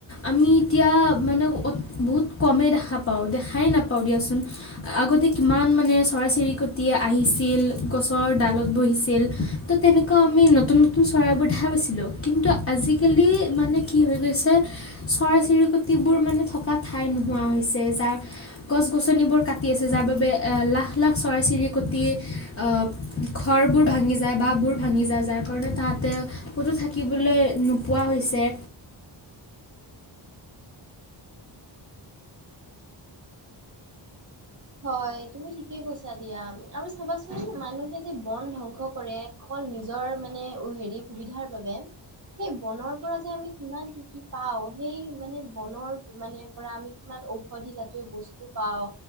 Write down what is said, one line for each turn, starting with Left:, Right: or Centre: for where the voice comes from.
Left: আমি এতিয়া আ মানে অত বহুত কমে দেখা পাওঁ। দেখাই নাপাওঁ দিয়াচোন। আগতে কিমান মানে চৰাই চিৰিকতি আহিছিল গছৰ দালত বহিছিল। ত তেনেকুৱা আমি নতুন নতুন চৰাইবোৰ দেখা পাইচিলোঁ। কিন্তু আজিকালি মানে কি হৈ গৈছে। চৰাই চিৰি কতিবোৰ মানে থকা ঠাই নোহোৱা হৈছে। যাৰ গছ গছনিবোৰ কাটি আছে যাৰ বাবে লাখ লাখ চৰাই চিৰিকটি অ ঘৰবোৰ ভাঙি যায়, বাঁহবোৰ ভাঙি যায়। যাৰ কাৰণে তাহাতে ক'তো থাকিবলৈ নোপোৱা হৈছে।
Right: <unintelligible> হয় তুমি ঠিকে কৈছা দিয়া আৰু চাবাচোন মানুহে যে বন ধ্বং স কৰে। অকল নিজৰ মানে হেৰি সুবিধাৰ বাবে সেই বনৰ পৰা যে আমি কিমান কি কি পাও সেই মানে বনৰ মানে পৰা আমি কিমান ঔষধি জাতীয় বস্তু পাওঁ।